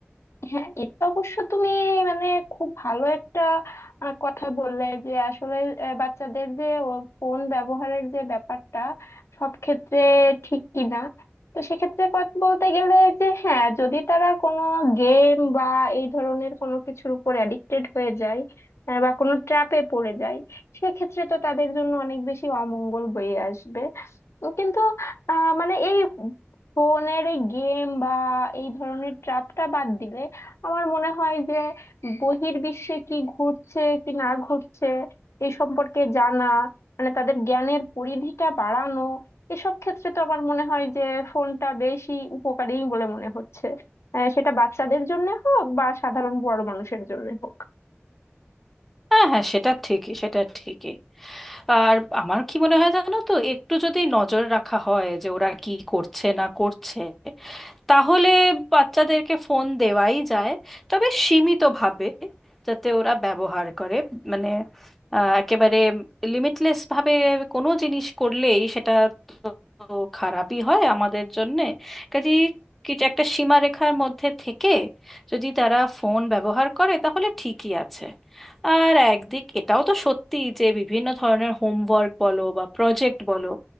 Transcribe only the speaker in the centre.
হ্যাঁ হ্যাঁ সেটা ঠিকই সেটা ঠিকই আর আমার কি মনে হয় জানো তো একটু যদি নজর রাখা হয় যে ওরা কি করছে না করছে তাহলে বাচ্চাদেরকে ফোন দেওয়াই যায় তবে সীমিতভাবে যাতে ওরা ব্যবহার করে মানে আহ, একেবারে লিমিটলেস ভাবে কোনো জিনিস করলেই সেটা তো খারাপই হয় আমাদের জন্যে কাজে কিছু একটা সীমারেখার মধ্যে থেকে যদি তারা ফোন ব্যবহার করে তাহলে ঠিকই আছে আর একদিক এটাও তো সত্যি যে বিভিন্ন ধরনের হোমওয়ার্ক বলো বা প্রজেক্ট বলো